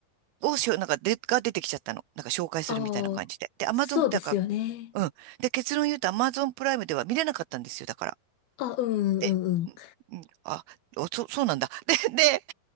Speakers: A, on the right; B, on the left.
A: をしょ、なんかで、が出てきちゃったの。なんか紹介するみたいな感じで。
B: ああ、
A: で、Amazon
B: そうですよね。
A: だから、うん。で、結論言うと Amazon プライムでは見れなかったんですよ、だから。
B: あ、うんうんうんうん。
A: で、うん、うんあ、おそ、そうなんだ。<laughs> で、で、